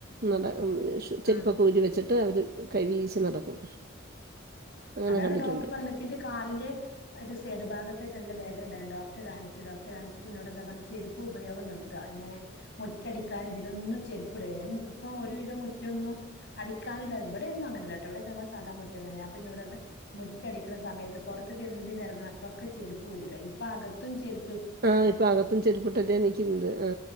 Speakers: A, on the right; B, on the left.
A: നട ഷ് ചെരുപ്പൊക്കെ
B: ആഹ്
A: ഊരിവെച്ചി <unintelligible> അവര് കൈ വീശി നടക്കും അങ്ങനെ
B: അതാണ്
A: കണ്ടിട്ടുണ്ട്
B: ഡോക്ടർ പറഞ്ഞെ ഇപ്പൊ ന്റെ കാലിൻ്റെ ഒര് സൈഡ് ഭാഗത്തായിട്ടാണല്ലോ വേദന ഉണ്ടായിരുന്നത് റ്റ് കാണിച്ച് ഡോക്ടറെ കാണിച്ചിട്ട് എന്നോടെന്താ പറഞ്ഞെ ചെരുപ്പുപയോഗം നിർത്താ എങ്ങനെ മുറ്റം അടിക്കാൻ ഇതിനൊന്നും ചെരുപ് ഇവിടേയും ഇപ്പൊ ഒരുവിധം മുറ്റൊന്നും അടിക്കാനില്ലാതെ ഇവിടെയൊന്നും അങ്ങനെ അല്ലാട്ടാ ഇവിടെയൊക്കെ ഞങ്ങക്ക് സാധാ മുറ്റം തന്നെയാ എന്നോട് റഞ്ഞ് മുറ്റടിക്ക <unintelligible> സമയത്ത് പൊറത്തേക്ക് എന്തിന് ഇറങ്ങണം അപ്പൊക്കെ ചെരുപ്പ് ഊരിയിടാം ഇപ്പോ അകത്തും ചെരുപ്
A: ആ ഇപ്പോ അകത്തും ചെരുപ്പിട്ടല്ലേ നിയ്ക്കുന്നത് ആ